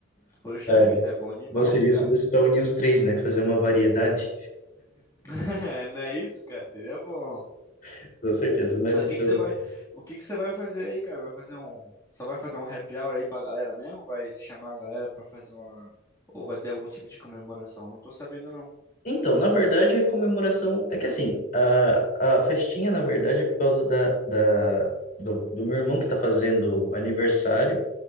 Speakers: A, on the left; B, on the left.
A: poxa
B: É,
A: vida, é bom demais,
B: bom seria
A: cara.
B: se desse para unir os três, né? Fazer uma variedade,
A: <laughs> Não é isso, cara? Seria bom.
B: <laughs> com certeza. Mas
A: Aí,
B: então.
A: o que que você vai, o que que você vai fazer aí, cara? Vai fazer um, só vai fazer um happy hour aí pra galera mesmo? Vai chamar a galera pra fazer uma, ou vai ter algum tipo de comemoração? Não tô sabendo não.
B: Então, na verdade, a comemoração é que assim, a, a festinha, na verdade, é por causa da, da, do, do meu irmão que tá fazendo aniversário,